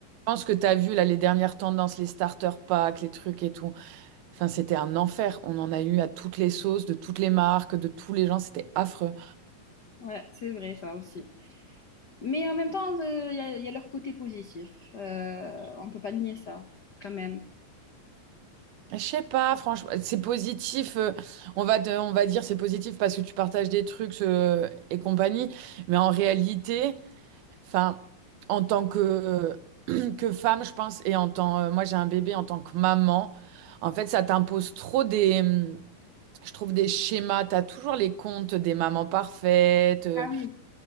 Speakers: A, on the right (about 85°); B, on the left (about 70°).
A: je pense que tu as vu là les dernières tendances, les starter packs, les trucs et tout. Enfin, c'était un enfer. On en a eu à toutes les sauces, de toutes les marques, de tous les gens, c'était affreux.
B: Ouais, c'est vrai, ça aussi. Mais en même temps, euh, il y a, il y a leur côté positif. Euh, on peut pas nier ça, quand même.
A: Je sais pas, franchement, c'est positif. euh, on va te- on va dire c'est positif parce que tu partages des trucs euh, et compagnie. Mais en réalité, enfin, en tant que, euh, que femme, je pense, et en tant, euh, moi j'ai un bébé en tant que maman, en fait, ça t'impose trop des, hum, je trouve des schémas. T'as toujours les comptes des mamans parfaites. euh,
B: Ah oui.